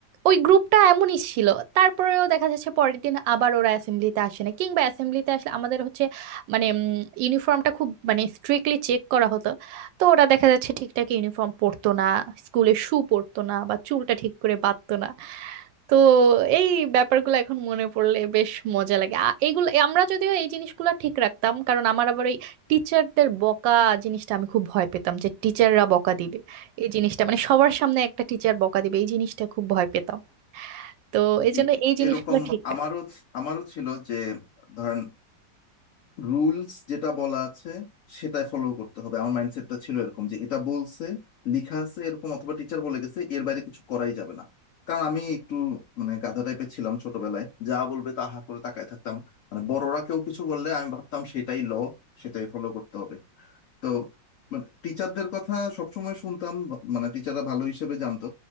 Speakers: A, on the right; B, on the left.
A: ওই গ্রুপটা এমনই ছিল তারপরেও দেখা যাচ্ছে পরের দিন আবার ওরা অ্যাসেম্বলিতে আসে না কিংবা অ্যাসেম্বলিতে আসলে আমাদের হচ্ছে মানে ইউনিফর্মটা খুব মানে স্ট্রিক্টলি চেক করা হতো তো ওরা দেখা যাচ্ছে ঠিকঠাক ইউনিফর্ম পরতো না স্কুলে শু পরতো না বা চুলটা ঠিক করে বাঁধতো না তো এই ব্যাপারগুলো এখন মনে পড়লে বেশ মজা লাগে আ- এইগুলো আমরা যদিও এই জিনিসগুলো ঠিক রাখতাম কারণ আমার আবার ওই টিচারদের বকা জিনিসটা আমি খুব ভয় পেতাম যে টিচাররা বকা দিবে এই জিনিসটা মানে সবার সামনে একটা টিচার বকা দিবে এই জিনিসটা খুব ভয় পেতাম তো এই
B: জি,
A: জন্য এই জিনিসগুলো
B: এরকম
A: ঠিক রাখতাম
B: আমারও ছি- আমারও ছিল যে ধরেন রুলস যেটা বলা আছে সেটা ফলো করতে হবে আমার মাইন্ডসেটটা ছিল এরকম যে এটা বলছে লিখা আছে এরকম অথবা টিচার বলে গেছে এর বাইরে কিছু করাই যাবে না কারণ আমি একটু মানে গাধা টাইপের ছিলাম ছোটবেলায় যা বলবে তা হা করে তাকায় থাকতাম মানে বড়রা কেউ কিছু বললে আমি ভাবতাম সেটাই ল সেটাই ফলো করতে হবে তো মানে টিচারদের কথা সবসময় শুনতাম মানে টিচাররা ভালো হিসেবে জানতো